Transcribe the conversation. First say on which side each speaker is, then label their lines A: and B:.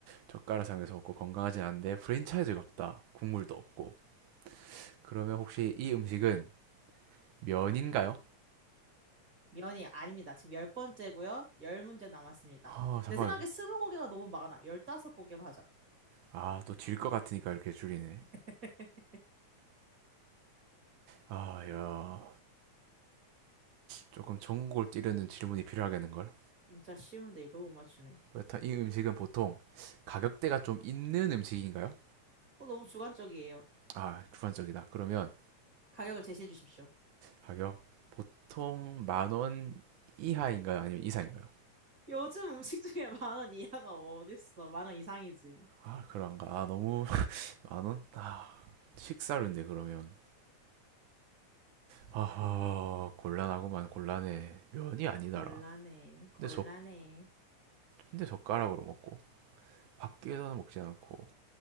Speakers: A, on the right; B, on the right.
A: 젓가락상에서 먹고 건강하지 않은데 프랜차이즈가 없다 국물도 없고 그러면 혹시 이 음식은 면인가요?
B: 면이 아닙니다. 지금 열 번째고요. 열 문제 남았습니다.
A: 아 잠깐만
B: 내 생각에 스무 고개가 너무 많아. 열다섯 고개로 하자.
A: 아 또 질 것 같으니까 이렇게 줄이네
B: <laughs>
A: 아야 조금 전국을 찌르는 질문이 필요하겠는걸?
B: 진짜 쉬운데 이걸 못 맞추네.
A: 그렇다 이 음식은 보통 가격대가 좀 있는 음식인가요?
B: 어, 너무 주관적이에요.
A: 아, 주관적이다. 그러면
B: 가격을 제시해 주십시오.
A: 가격 보통 만원 이하인가요? 아니면 이상인가요?
B: 요즘 음식 중에 <laughs> 만 원 이하가 어딨어? 만 원 이상이지.
A: 아, 그런가? 아, 너무 <laughs> 만 원? 아, 식사료인데 그러면 아하, 곤란하구만 곤란해. 면이 아니다라.
B: 곤란해, 곤란해.
A: 근데 젓 근데 젓가락으로 먹고 밖에서는 먹지 않고